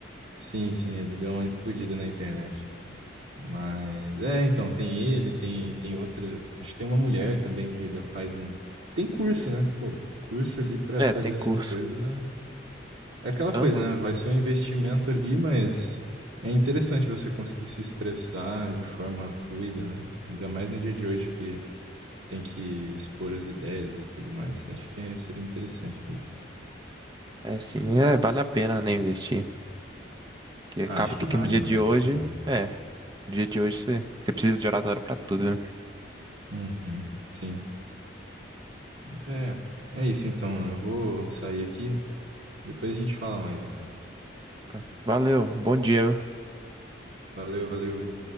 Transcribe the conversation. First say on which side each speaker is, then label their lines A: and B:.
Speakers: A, on the right; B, on the right.
A: Sim, sim, ele deu uma explodida na internet. Mas, é, então, tem ele, tem, tem outra... Acho que tem uma mulher também que dá- faz um... Tem curso, né? Pô, curso ali pra
B: É,
A: fazer
B: tem curso.
A: essas coisas é É aquela
B: Aham.
A: coisa, né? Vai ser um investimento ali, mas é interessante você conseguir se expressar de forma fluida, né? Ainda mais no dia de hoje que tem que expor as ideias e tudo mais. Acho que seria interessante mesmo.
B: É sim, é, vale a pena, né, investir. Que acaba
A: Ah, acho
B: que
A: que
B: aqui
A: vale,
B: no dia
A: mano.
B: de hoje,
A: Acho que vale.
B: é, no dia de hoje você, você precisa de oratório pra tudo, né?
A: Uhum, sim. Mas é, é isso então, mano. Eu vou sair aqui. Depois a gente fala mais então.
B: Então, valeu, bom dia.
A: Valeu, valeu.